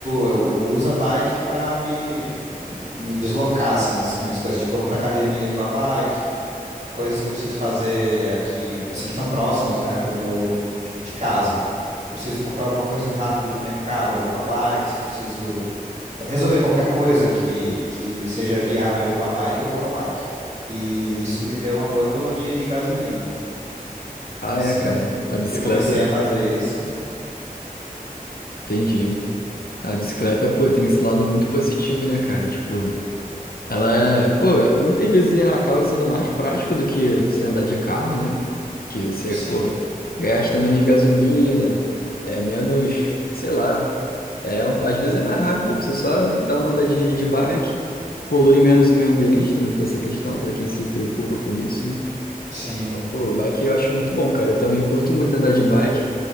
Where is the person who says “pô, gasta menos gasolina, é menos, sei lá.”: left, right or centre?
Left